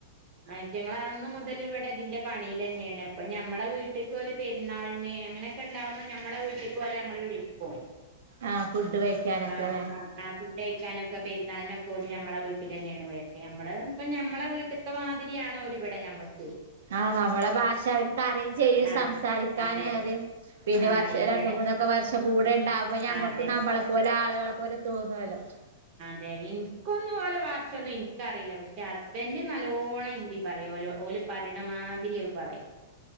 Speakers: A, on the right (about 40°); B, on the right (about 75°).
A: അയറ്റങ്ങൾ അന്ന് മുതല് ഇവിടെ ഇതിന്റെ പണിയിലെന്നെയാണ് അപ്പ ഞമ്മളെ വീട്ടിക്ക് ഒല് പെരുന്നാളിന് അങ്ങനെ ക്ക്‌ണ്ടാവുമ്പോ ഞമ്മടെ വീട്ടിക്കു പോലെ ഞമ്മളു വിളിക്കും
B: ആഹ് ഫുഡ് കഴിക്കാനൊക്കെ
A: ആഹ്
B: അല്ലേ
A: ആഹ് ആഹ് ഫുഡ്ഡഴിക്കാനൊക്കെ പെരു ന്നാളിനൊക്കെ ഓല് നമ്മള വീട്ടിൽ അന്നെയാണ് വരല് ഞമ്മളേ ഇപ്പ ഞമ്മളെ വീട്ടിക്ക്‌ മാതിരി തിയാണോലി ഇവിടെ ഞമ്മുക്ക്
B: ആഹ് നമ്മുടെ ഭാഷ അവർക്ക് അറിയിം ചെയ്യും
A: ആഹ്
B: സംസാരിക്കാനും
A: അതെ
B: അറിയാം പിന്നെ
A: ആഹ്
B: വർഷ
A: ഇവിടെ
B: രണ്ടു മൂന്നും ഒക്കെ വർഷ കൂടെ ഇണ്ടാവുമ്പ ഞമ്മക്ക്
A: ആ അതെ
B: നമ്മളെപ്പോലെ ആളുകളെ പോലെ തോന്നുവല്ലോ
A: ദെ ഇൻക്കൊന്നും ഒലെ ഭാഷ ഒന്നും ഇൻക്കറിയില്ല പക്ഷെ ഹസ്ബൻഡ് നല്ലോണം ഹിന്ദി പറയും ഓലു ഓലു പറിണ മാതിരി <unintelligible> പറയും